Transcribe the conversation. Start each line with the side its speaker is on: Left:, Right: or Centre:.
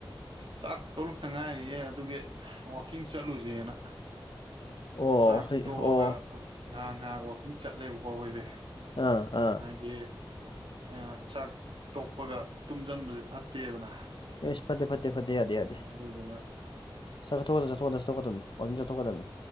Right: ꯆꯥꯛ ꯇꯣꯛꯂꯛꯇ ꯉꯥꯏꯔꯤꯌꯦ ꯑꯗꯨꯒꯤ ꯋꯥꯛꯀꯤꯡ ꯆꯠꯂꯨꯁꯦꯅ
Left: ꯑꯣ
Right: ꯆꯥꯛ
Left: ꯍꯣꯏ
Right: ꯇꯣꯛꯑꯒ
Left: ꯑꯣ
Right: ꯉꯍꯥꯛ ꯉꯍꯥꯛ ꯋꯥꯛꯀꯤꯡ ꯆꯠꯂꯦꯕꯀꯣ ꯑꯈꯣꯏꯗꯤ
Left: ꯑꯥ ꯑꯥ
Right: ꯍꯥꯏꯗꯤ ꯑꯥ ꯆꯥꯛ ꯇꯣꯛꯄꯒ ꯇꯨꯝꯁꯤꯟꯕꯁꯦ ꯐꯠꯇꯦꯗꯅ
Left: ꯏꯁ ꯐꯠꯇꯦ ꯐꯠꯇꯦ
Right: ꯑꯣ
Left: ꯐꯠꯇꯦ ꯌꯥꯗꯦ ꯌꯥꯗꯦ
Right: ꯑꯗꯨꯗꯨꯅ
Left: ꯆꯠꯊꯣꯛ ꯆꯊꯣꯛ ꯗꯧꯒꯗꯝꯅꯦ ꯋꯥꯀꯤꯡ ꯆꯠꯊꯣꯀꯗꯕꯅꯤ